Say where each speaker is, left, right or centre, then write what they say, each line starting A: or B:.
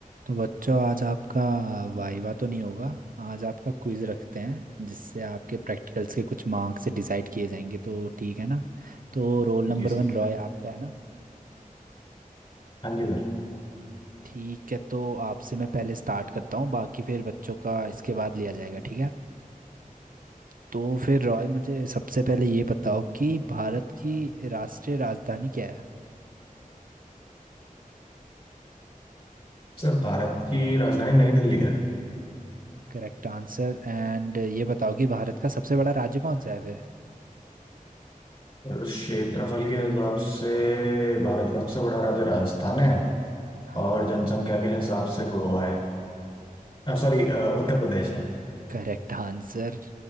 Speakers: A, on the right; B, on the left.
A: तो बच्चों आज आपका वाइवा तो नहीं होगा आज आपका क्विज रखते हैं जिससे आपके प्रैक्टिकल्स के कुछ मार्क्स डिसाइड किए जाएंगे तो ठीक है ना तो रोल नंबर
B: जी sir
A: वन रॉय आपका है ना
B: हाँ जी sir
A: ठीक है तो आपसे मैं पहले स्टार्ट करता हूँ बाकी फिर बच्चों का इसके बाद लिया जाएगा ठीक है तो फिर रॉय मुझे सबसे पहले ये बताओ कि भारत की राष्ट्रीय राजधानी क्या है
B: Sir Bharat की राजधानी नई दिल्ली है
A: करेक्ट आंसर एंड ये बताओ कि भारत का सबसे बड़ा राज्य कौन सा है फिर
B: और उस क्षेत्रफल के हिसाब से भारत का सबसे बड़ा राज्य राजस्थान है
A: हाँ
B: और जनसंख्या के हिसाब से गोवा है सॉरी उत्तर प्रदेश है
A: Correct answer